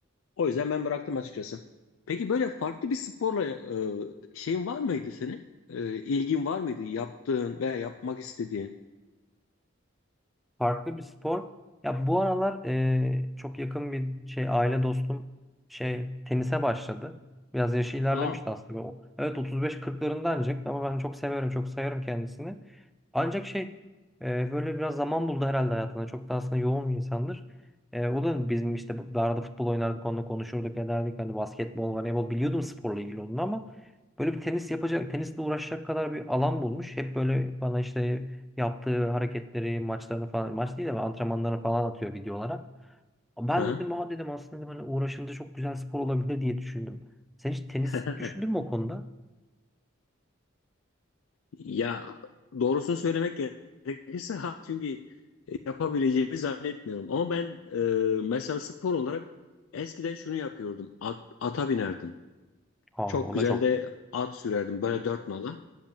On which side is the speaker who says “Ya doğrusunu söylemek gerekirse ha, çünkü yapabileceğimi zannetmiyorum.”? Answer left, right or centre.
Left